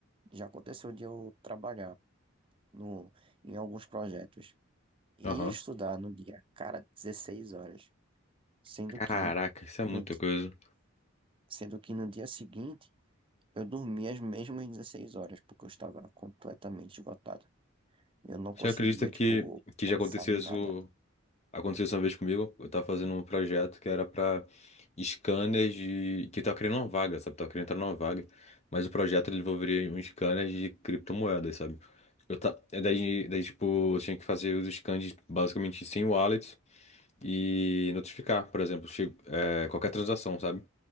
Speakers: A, on the right; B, on the left.
A: já aconteceu de eu trabalhar no, em alguns projetos e
B: Aham.
A: estudar no dia, cara, 16 horas, sendo
B: Caraca,
A: que
B: isso é muita
A: no, di-
B: coisa.
A: sendo que no dia seguinte eu dormi as mesmas 16 horas, porque eu estava completamente esgotado. Eu não conseguia,
B: Você acredita que,
A: tipo,
B: que
A: pensar
B: já aconteceu
A: em
B: isso?
A: nada.
B: Aconteceu isso uma vez comigo, eu tava fazendo um projeto que era pra scanners de... que tava criando uma vaga, sabe? Tava querendo entrar numa vaga, mas o projeto ele envolveria um scanner de criptomoedas, sabe? Eu ta... é daí, daí, tipo, eu tinha que fazer os scans basicamente sem wallets e notificar, por exemplo, che- é, qualquer transação, sabe?